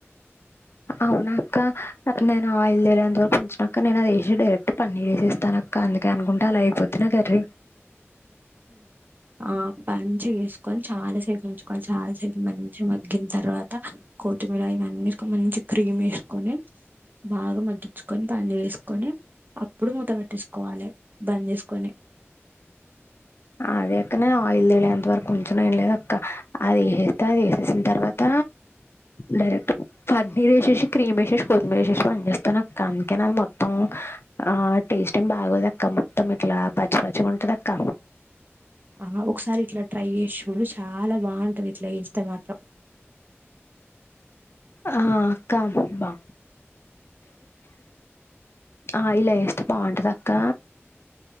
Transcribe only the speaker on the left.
అవునా అక్క రే నేను ఆయిల్ తెేలేంత వరకు ఉంచినాక నేను అది వేసి డైరెక్ట్ పన్నీర్ వేసేస్తాను అక్క అందుకే అనుకుంట అలా అయిపోద్ది నా కర్రీ
అదే అక్క నే ఆయిల్ తేలే అంత వరకు ఉంచను ఏం లేదు అక్క అది వేసేస్తే అది వేసేసిన తర్వాత డైరెక్ట్ పన్నీర్ వేసేసి క్రీమ్ వేసేసి కొత్తిమీర వేసేసి బంద్ చేస్తాను అక్క అందుకే అది మొత్తం ఆ టేస్ట్ ఏం బాగోదు అక్క మొత్తం ఇట్లా పచ్చి పచ్చిగా ఉంటది అక్క
ఆ అక్క మ్ బా ఆ ఇలా ఎస్తే బాగుంటదా అక్క